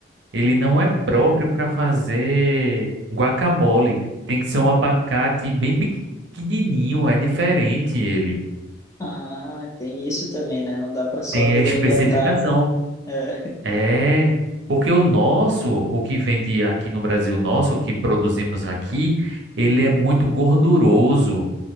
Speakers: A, on the right (about 70°); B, on the left (about 15°).
A: ele não é próprio para fazer guacamole. Tem que ser um abacate bem pequenininho, é diferente ele.
B: Ah, tem isso também, né? Não dá para só
A: Tem
B: querer
A: a especificação.
B: inventar. É.
A: É, porque o nosso, o que vende aqui no Brasil, nosso, o que produzimos aqui, ele é muito gorduroso.